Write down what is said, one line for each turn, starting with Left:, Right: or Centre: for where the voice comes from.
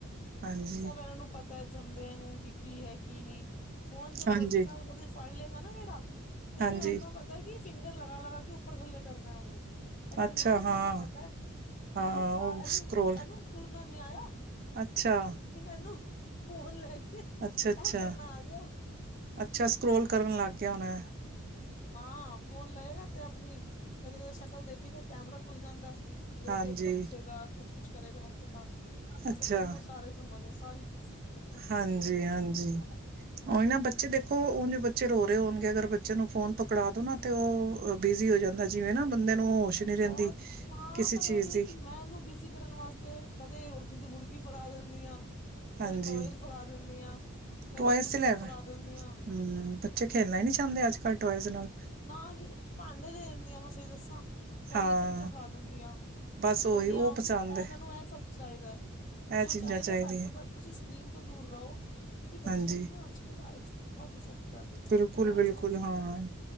Right: ਹਾਂਜੀ,
Left: ਸਭ ਇਹਨਾਂ ਨੂੰ ਪਤਾ ਹੈ ਜੰਮਦਿਆਂ ਨੂੰ, ਕਿ ਕੀ ਹੈ, ਕੀ ਨਹੀਂ। ਫੋਨ ਜ
Right: ਹਾਂਜੀ,
Left: ਗ਼ਲਤੀ ਨਾਲ ਕਦੇ ਫੜ ਲਏਗਾ ਨਾ ਮੇਰਾ, ਤੇ ਏ
Right: ਹਾਂਜੀ
Left: ਨੂੰ ਇੰਨਾ ਪਤਾ ਪਤਾ ਕੀ ਫਿੰਗਰ ਲਗਾ-ਲਗਾ ਕੇ, ਉੱਪਰ ਥੱਲੇ ਕਰਨਾ ਉਹਨੂੰ, ਇਹ
Right: ਅੱਛਾ
Left: ਟਿੰਗਣੇ ਨੂੰ
Right: ਹਾਂ,
Left: ਇੰਨਾ ਪ ਇਹੋ
Right: ਹਾਂ
Left: ਜੇ ਸਾਹ
Right: ਉਹ
Left: ਇਹਨੂੰ,
Right: ਸਕਰੋਲ
Left: ਇਹਨੂੰ ਤੁਰਨਾ ਨੀ ਆਇਆ।
Right: ਅੱਛਾ।
Left: ਏਨੂੰ ਫੋਨ ਲੈ ਕੇ ਇਹ
Right: ਅੱਛਾ-ਅੱਛਾ,
Left: ਕਰਨਾ ਆ ਗਿਆ
Right: ਅੱਛਾ ਸਕਰੋਲ ਕਰਨ ਲੱਗ ਗਿਆ ਹੋਣਾ।
Left: ਹਾਂ, ਫੋਨ ਲਏਗਾ ਤੇ ਆਪਣੀ ਕਦੇ-ਕਦੇ ਸ਼ਕਲ ਦੇਖੇਗਾ, ਕੈਮਰਾ ਖੁੱਲ ਜਾਂਦਾ। ਦੇਖ-ਦੇਖ
Right: ਹਾਂਜੀ,
Left: ਕੇ ਹਸੇਗਾ, ਕੁਛ-ਕੁਛ ਕਰੇਗਾ ਹਰਕਤਾ, ਕਿਉਂਕਿ
Right: ਅੱਛਾ
Left: ਤੈਨੂੰ ਸਾਰੇਾ <unintelligible>
Right: ਹਾਂਜੀ, ਹਾਂਜੀ। ਉਹਹੀ ਨਾ ਬੱਚੇ ਦੇਖੋ, ਉਹ ਜ ਬੱਚੇ ਰੋ ਰਹੇ ਹੋਣਗੇ, ਅਗਰ ਬੱਚੇ ਨੂੰ ਫੋਨ ਪਕੜਾ ਦੋ ਨਾ ਤੇ ਉਹ ਬਿਜ਼ੀ ਹੋ ਜਾਂਦਾ, ਜਿਵੇਂ ਨਾ ਬੰਦੇ ਨੂੰ ਨੀ ਰਹਿੰਦੀ
Left: ਬਹੁਤ ਹਾਂ,
Right: ਕਿਸੇ
Left: ਪਰ
Right: ਚੀਜ਼
Left: ਉਹੀ ਹੈ
Right: ਦੀ
Left: ਕਿ ਮੈਂ ਇਹਨੂੰ ਬੀਸੀ ਕਰਨ ਵਾਸਤੇ ਤੇ ਕਦੇ ਰੋਟੀ ਦੀ ਬੁੜਕੀ ਫੜਾ ਦਿੰਦੀ ਆ, ਤੇ
Right: ਹਾਂਜੀ,
Left: ਕਦੇ ਟੋ ਫੜਾ ਦਿੰਦੀ ਆ ਕਦੇ
Right: ਟੋਇਸ
Left: ਕੁੱਛ
Right: ਲੈਣਾ
Left: ਫੜਾ ਦਿੰਦੇ ਹਾਂ।
Right: ਹਮ ਖੇਲਣਾ ਹੀ ਨਹੀਂ ਚਾਹੁੰਦੇ, ਅੱਜ ਕੱਲ੍ਹ ਟੋਇਜ਼ ਨਾਲ
Left: ਨਾ ਜੀ ਭਾਂਡੇ ਦੇ ਦਿੰਦੀ ਆ ਮੈਂ ਤੁਹੀ ਦੱਸਾਂ, ਕੋਾਲਲੀ
Right: ਹਾਂ
Left: ਚਮਚਾ ਫੜਾ ਦਿੰਦੀ ਆ
Right: ਬਸ ਉਹੀ
Left: ਪੰਨਿਆ,
Right: ਉਹ
Left: ਇਹ
Right: ਪਸੰਦ ਹੈ
Left: ਇਹਨਾਂ ਨੂੰ ਇਹ ਸਭ ਚਾਹੀਦਾ। ਤੇ
Right: ਇਹ
Left: ਜੋ
Right: ਚੀਜ਼ਾਂ
Left: ਚਾਹੀਦਾ
Right: ਚਾਹੀਦੀਆਂ
Left: ਘੱਟ ਤੋਂ ਘੱਟ ਤੁਸੀਂ ਸਕਰੀਨ ਤੋਂ ਦੂਰ ਰਹੋ, ਕਿਉਂਕਿ ਬੱਚਿਆਂ
Right: ਹਾਂਜੀ
Left: ਦੀ ਨਾ ਅੱਜ ਕੱਲ ਆਈ ਬਹੁਤ ਇਫੈਕਟ ਕਰ ਰਹੀਆਂ,
Right: ਬਿਲਕੁਲ
Left: ਬਹੁਤ
Right: ਬਿਲਕੁਲ
Left: ਜ਼ਿਆਦਾ
Right: ਹਾਂ